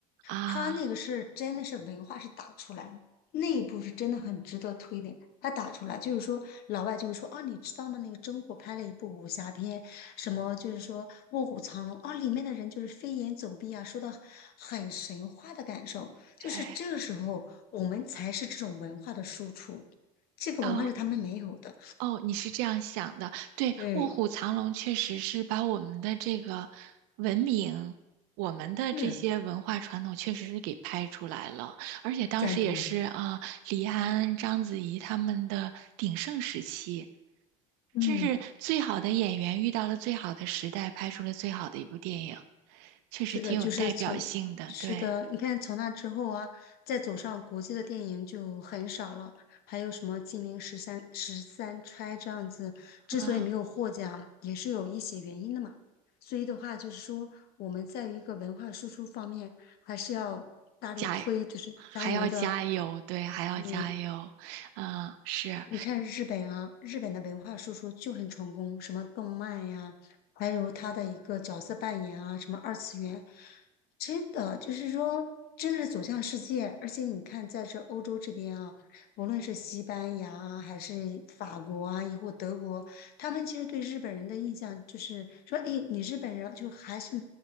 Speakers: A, on the right; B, on the left.
A: 啊，
B: 他那个是真的是文化是打出来的，那一部是真的很值得推的。他打出来就是说，老外就会说啊，你知道吗？那个中国拍了一部武侠片。什么就是说《卧虎藏龙》啊，里面的人就是飞檐走壁啊，说的很神话的感受，就是这个时候我们才是这种文化的输出，
A: 对
B: 这个文化是他们没有的。
A: 哦哦，你是这样想的，对，
B: 对，
A: 卧虎藏龙确实是把我们的这个文明，我们的这些文化传统确实是给拍出来了，
B: 是
A: 而且当时也是啊，
B: 赞同。
A: 李安、章子怡他们的鼎盛时期，
B: 嗯。
A: 真是最好的演员遇到了最好的时代，拍出了最好的一部电影，确实挺有代表性的，
B: 是的，就是从，是的，
A: 对。
B: 你看从那之后啊，再走上国际的电影就很少了，还有什么《金陵十三十三钗》这样子，之所以没有获奖，
A: 啊，
B: 也是有一些原因的嘛。所以的话，就是说我们在于一个文化输出方面，还是要大力推，
A: 加，
B: 就是加油的。
A: 还要加油，对，还要加油，
B: 嗯，
A: 啊，是，
B: 你看日本啊，日本的文化输出就很成功，什么动漫呀，还有他的一个角色扮演啊，什么二次元，真的就是说，真的是走向世界。而且你看，在这欧洲这边啊，无论是西班牙啊，还是法国啊，亦或德国，他们其实对日本人的印象就是说，哎，你日本人就还是